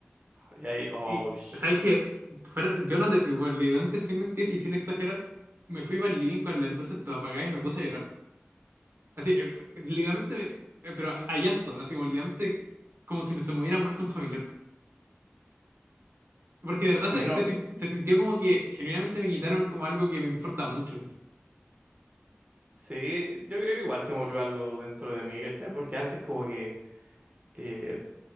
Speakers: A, on the right; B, on the right.
A: Y ahí, oh,
B: Y,
A: shit.
B: ¿sabes qué? Fuera- yo no te, bueno, literalmente sin mentir y sin exagerar, me fui para el living con las luces todas apagadas y me puse a llorar. Así, eh, f- literalmente, me- eh, pero a llanto, así como literalmente como si me se me hubiera muerto un familiar. Porque
A: Sí,
B: de verdad
A: A
B: se,
A: mí no,
B: se sin- se sintió como que genuinamente me quitaron como algo que me importa mucho.
A: sí, yo creo que igual se murió algo dentro de mí, ¿cachai? Porque antes como que eh,